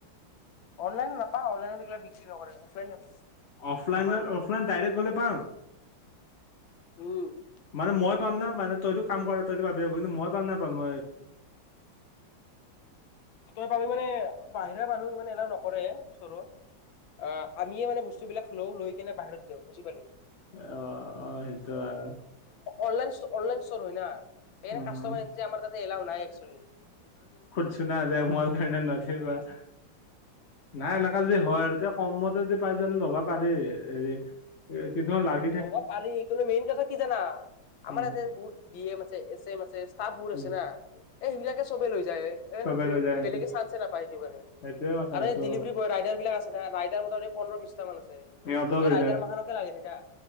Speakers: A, on the left (about 75°); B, on the left (about 45°).
A: অনলাইনে নাপাও অনলাইন এইগিলা বিক্ৰী নকৰে অফলাইন
B: অফলাইন
A: যাবা লাগব
B: অফলাইন ডাইৰেক্ট গ'লে পাম
A: উম
B: মানে মই পাম না মানে তইতো কাম কৰা তইতো পাবিয়ে কিন্তু মই পাম নাপাম
A: তই পাৰি মানে বাহিৰা মানুহ ইমানে এলাও নকৰে স্তৰত অ আমিয়ে মানে বস্তুবিলাক লও লৈ কেনে বাহিৰত দিওঁ বুজি পালি
B: অঁ-অঁ! সেইটো হয়। <unintelligible>
A: অনলাইন-অনলাইন ষ্টৰ হয় না। সেই
B: উম
A: <inaudible> কাষ্টমাৰ আমাৰ এইয়াতে এলাও নাই একচুৱেলি।
B: <unintelligible> চুনা যায় মই কাৰণ নদ বা <inaudible> নাই এনেকা যদি হয় আৰু তেতিয়া কমতে যদি পাই যায় ল'ব পাৰি হেৰি <inaudible> <inaudible> কিছুমান লাগ <unintelligible>
A: ল'ব পাৰি কিন্তু মেইন কথা কি জানা আমাৰ
B: উম
A: ইয়াতে বহুত ডি এম আছে এছ এম আছে। <inaudible> তাহবোৰ
B: উম
A: আছে না এই সেইবিলাকে চবে লৈ যায় এই
B: চবে
A: মানে
B: লৈ যায়
A: বেলেগে
B: সেইটো
A: চান্সে নাপায় সেইটো কাৰণে। <inaudible>
B: সেইটোয়ে কথা
A: আৰু
B: সেইটো
A: এই ডেলিভাৰী বয় ৰাইডাৰ বিলাক আছে ন ৰাইডাৰ মত এই পোন্ধৰ বিছটা মান আছে। <inaudible>
B: সিহঁত লৈ <inaudible>
A: আইতাৰ মাহখানকে <inaudible> লাগি থাকে।